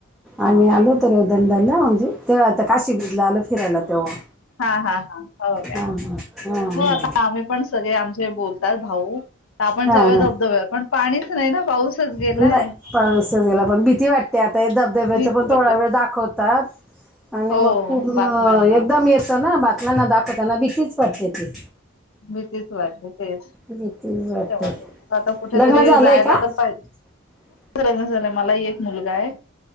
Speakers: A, in the centre; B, on the left.
A: आम्ही
B: हां.
A: आलो तर रेवदंडाला म्हणजे, तेव्हा त काशी बिजला आल फिरायला तेव्हा.
B: हा हा हा हो काय,
A: हां हां हां
B: हो आता
A: हां
B: आम्ही पण सगळे आमचे बोलतात भाऊ. आपण
A: हां
B: जाऊया
A: हां
B: धबधब्याव, पण पाणीच नाही ना पाऊसच गेलाय.
A: नाही पाऊसच गेला पण भीती वाटते, आता या धबधब्याच
B: भीती
A: पण थोडा
B: वाटते.
A: वेळ दाखवतात. आणि
B: हो
A: मग खूप
B: बातम्यांना
A: एकदम येतं ना, बातम्याना दाखवताना भीतीच वाटते ते.
B: मी तेच वाटते तेच ते
A: भीतीच वाटते
B: वां आता कुठेतरी
A: लग्न झालं
B: जायला
A: आहे का
B: तर पाहि
A: <inaudible>
B: लग्न झालंय मला ही एक मुलगा आहे.